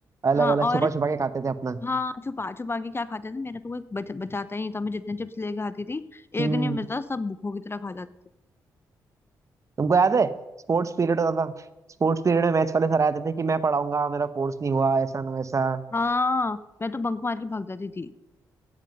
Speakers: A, on the right (about 40°); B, on the left (about 30°).
A: अलग
B: हाँ
A: अलग
B: और
A: छुपा छुपा के खाते थे अपना
B: हाँ छुपा छुपा के क्या खाते थे मेरा तो कोई बच, बचाता ही नहीं था मैं जितने चिप्स लेके आती थी
A: हम्म
B: एक नहीं बचता सब भूखों की तरह खा जाते थे
A: तुमको याद है स्पोर्ट्स पीरियड होता था स्पोर्ट्स पीरियड में मैथ्स वाले सर आते थे कि मैं पढ़ाऊंगा मेरा कोर्स नहीं हुआ ऐसा ना वैसा
B: हाँ मैं तो बंक मार के भाग जाती थी